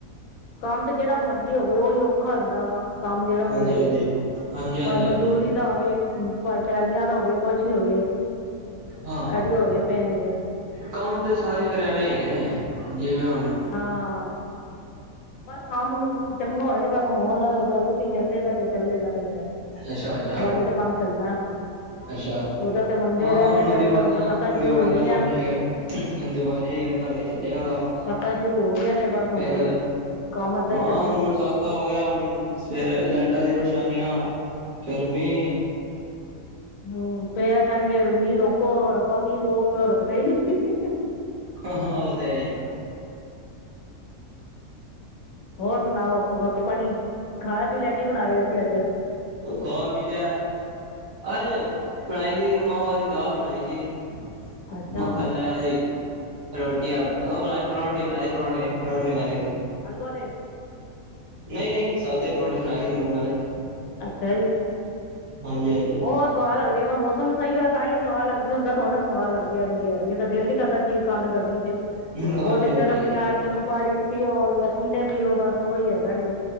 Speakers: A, on the left; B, on the right.
A: ਕੰਮ ਤੇ ਜਿਹੜਾ ਮਰਜ਼ੀ ਹੋਵੇ, ਉਹੀ ਔਖਾ ਹੁੰਦਾ ਵਾ ਕੰਮ ਜਿਹੜਾ
B: ਹਾਂਜੀ
A: ਵੀ ਹੋਵੇ,
B: ਹਾਂਜੀ ਹਾਂਜੀ ਹਾਂਜੀ
A: ਭਾਵੇਂ ਮਜ਼ਦੂਰੀ
B: ਹਾਂਜੀ
A: ਹੋਵੇ, ਭਾਵੇਂ ਪੈਲੀਆਂ ਦਾ ਹੋਵੇ, ਕੁਛ ਵੀ ਹੋਵੇ
B: ਹਾਂ
A: ਐਡੀ ਹੋ ਪੈਣਗੇ।
B: ਕੰਮ ਤੇ ਸਾਰੇ ਫੇਰ ਐਵੇਂ ਹੈਗੇ ਨੇਂ, ਜਿਵੇਂ ਹੁਣ
A: ਹਾਂ। ਬਸ ਕੰਮ ਚੰਗਾ ਹੋਣਾ ਜੇ, ਬਸ ਹੁਣ ਦੀਵਾਲੀ ਚੱਲੇਗਾ ਜੇ ਚੱਲੇਗਾ ਤੇ ਫਿਰ, ਦੀਵਾਲੀ
B: ਅੱਛਾ ਅੱਛਾ
A: ਤੇ ਕੰਮ ਚੱਲਣਾ।
B: ਅੱਛਾ,
A: ਉਦੋਂ ਤੇ ਮੰੰਦੇ
B: ਹਾਂ
A: ਰਹਿੰਦੇ
B: ਹੁਣ
A: ਪਹਿਲੇ
B: ਦੀਵਾਲੀਆਂ
A: ਤਾਂ ਬਰਸਾਤਾਂ ਸ਼ੁਰੂ
B: ਦੀਵਾਲੀਆਂ
A: ਹੋਏਗੀਆਂ
B: ਦੀਆਂ ਆਂਦੇ ਦੀਵਾਲੀਆ ਕਰਕੇ ਚੱਲੇਗਾ ਕੰਮ
A: ਤਾਂ ਸ਼ੁਰੂ ਹੋ ਗਿਆ ਨੇਂ ਬਸ
B: ਫੇਰ
A: ਹੁਣ ਕੰਮ ਏਦਾਂ
B: ਹਾਂ,
A: ਹੀ ਚੱਲੇ
B: ਬਰਸਾਤ ਪਤਾ ਹੋ ਗਿਆ ਹੁਣ, ਫੇਰ ਲਾਈਟਾਂ ਦੀ ਪਰੇਸ਼ਾਨੀਆਂ, ਫਿਰ ਮੀਂਹ
A: ਹਂ, ਫਿਰ ਕਹਿਣਗੇ ਮੀਂਹ ਰੋਕੋ, ਰੱਬਾ ਮੀਂਹ ਰੋਕ ਰੁੱਖਦਾ ਹੀ ਨਈਂ <unintelligible>
B: ਹਾਂ, ਹਾਂ, ਉਹ ਤੇ ਹੈ ਈਐ।
A: ਹੋਰ ਸੁਣਾਓ ਰੋਟੀ-ਪਾਣੀ ਖਾ ਪੀ ਲਿਆ। ਕੀ ਬਣਾ ਰਹੇ ਸੀਂ ਅੱਜ?
B: ਖਾਅ ਪੀ ਲਿਆ, ਅੱਜ ਬਣਾਈ ਸੀ ਮਾਵਾਂ ਦੀ ਦਾਲ ਬਣਾਈ ਸੀ।
A: ਅੱਛਾ
B: ਮੱਖਣ ਲੇਣਾ ਸੀ, ਰੋਟੀਆਂ, ਉਹ ਬ ਪਰੌਂਠੀ ਬਣਾਏ ਪਰੌਂਠੇ। ਪਰੋਂਠੇ ਬਣਾਏ ਹੀ ਅੱਜ।
A: ਆਲੂਵਾ ਦੇ।
B: ਨਈਂ ਨਈਂ, ਸਾਦੇ ਪਰੌਂਠੇ ਬਣਾਏ ਸੀ, ਨੂਨ ਆਲੇ।
A: ਅੱਛਾ ਜੀ।
B: ਹਾਂਜੀ ਹਾਂਜੀ।
A: ਉਹ ਸੁਆਦ ਲੱਗਦੇ ਪਰ ਮੌਸਮ ਮ ਸਹੀ ਹੋਇਆ ਤਾਂ ਹੀ ਸਵਾਹ ਲੱਗਦੀ, ਉਦਾਂ ਥੋੜਾ ਨਾਂ ਸੁਆਦ ਲੱਗਦੀ ਤਾਂ ਦਿਲ ਨੀਂ ਕਰਦਾ ਚੀਜ਼ ਖਾਂਣ ਦਾ ਗਰਮੀ ਚ
B: ਹਾਂਜੀ
A: ਉਹ ਤੇ
B: ਹਾਂਜੀ
A: ਸਿਰਫ ਯਾਂ ਨਿੰਬੂ ਪਾਨੀ ਪੀਓ ਜਾਂ ਠੰਡੇ ਪੀਓ, ਬਸ ਉਹੀ ਹੈਗਾ ਨੇਂ।